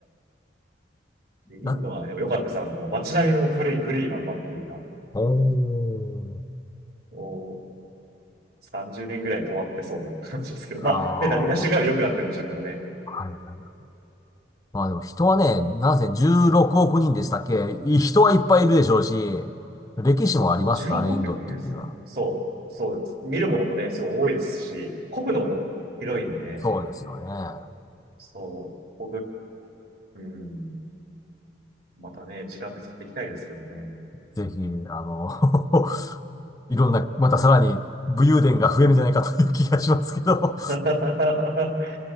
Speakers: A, on the right; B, on the left.
A: インドは、
B: な
A: でも良かったです。あの、こう街並みも古い、古いまんまっていうか、
B: おー。
A: もう30年ぐらい止まってそうな <laughs> 感じですけど、
B: ああ、
A: まあ、ね、昔から良くなってるんでしょうけどね。
B: はいはいはい。まあでも人はね、なぜ16億人でしたっけい人はいっぱいいるでしょうし、歴史もありますからね、
A: あ、16国もいいですね。
B: インドっていう国は。
A: そう、そうです。見るものもね、すごい多いですし、国土も広いんで、
B: そうですよね。
A: そう、僕、うん、またね、時間見つけていきたいですけどね。
B: ぜひ、あの、<laughs> いろんな、またさらに武勇伝が増えるんじゃないかという気がしますけども
A: <laughs>